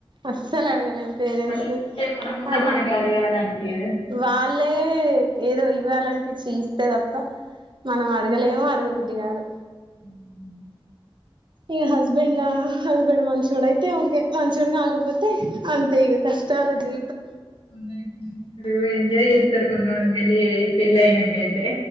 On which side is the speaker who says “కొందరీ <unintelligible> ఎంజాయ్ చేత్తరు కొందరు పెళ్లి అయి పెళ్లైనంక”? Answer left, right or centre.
Left